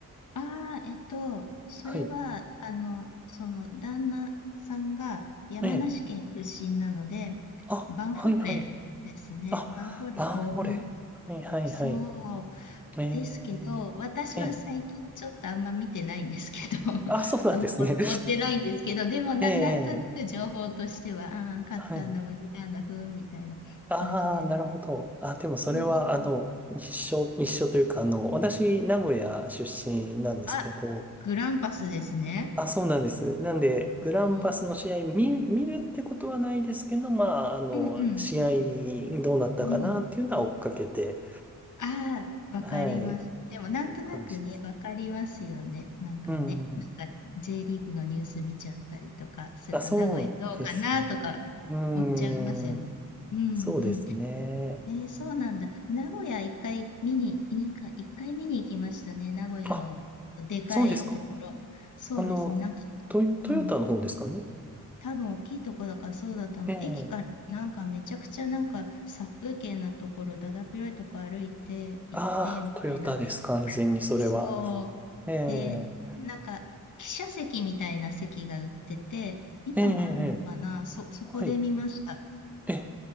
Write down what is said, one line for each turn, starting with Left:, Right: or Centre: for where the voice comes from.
Left: ああ、えっと、それは、
Centre: はい。
Left: あの、その、旦那さんが山梨県出身なので、
Centre: ええ。あ、
Left: バンフォーレですね。
Centre: はいはい。あ、
Left: バンフォーレ甲府。
Centre: バンフォーレ。はいはいはい。
Left: そう。
Centre: ええ。
Left: ですけど、私は最近ちょっとあんま見てないんですけど、
Centre: ええ。
Left: <laughs>
Centre: あ、そうなんですね。
Left: あんま追追ってないんですけど、でもな、
Centre: <laughs> ええ。ええ
Left: なんとなく情報としては、ああー、勝ったんだ、
Centre: はい。
Left: 負けたんだ、ふーん、みたいな感じですね。
Centre: ああ、なるほど。あ、でもそれはあの、
Left: そうそう。
Centre: 一緒、一緒というかあの、私、名古屋出身なんですけど、
Left: あ、グランパスですね。
Centre: あ、そうなんです。なんで、グランパスの試合見、
Left: おー
Centre: 見るってことはないですけど、まあ、あの、
Left: うんうん。
Centre: 試合どうなったかなっていうのは追っかけて、
Left: うん。ああ、わかります。
Centre: はい、っ
Left: でも、なんとなくね、
Centre: ていう感じです。
Left: わかりますよね。なんかね、
Centre: うん。
Left: なんか J リーグのニュース見ちゃったりとかすると、
Centre: あ、そうですね。
Left: 名古屋どうかなとか、
Centre: うん。
Left: 追っちゃいますよね。うんう
Centre: そうですね。
Left: ん。えーそうなんだ。名古屋一回見に、なんか一回見に行きましたね。名古屋のでかいところ。
Centre: あ、そうですか。
Left: そうですね。
Centre: あの、
Left: なんか、
Centre: トヨ、トヨタの方ですかね。
Left: うん。多分大きいとこだからそうだと思う。
Centre: ええ。
Left: 駅からなんかめちゃくちゃなんか殺風景なところ、だだっ広いとこ歩いて行ってみたいな。
Centre: ああ、トヨタです。完全にそれは。
Left: そう。
Centre: ええ。
Left: で、なんか記者席みたいな席が売ってて、今もあるのかなそ、
Centre: ええ、ええ、ええ
Left: そこで見ました。
Centre: はい。え、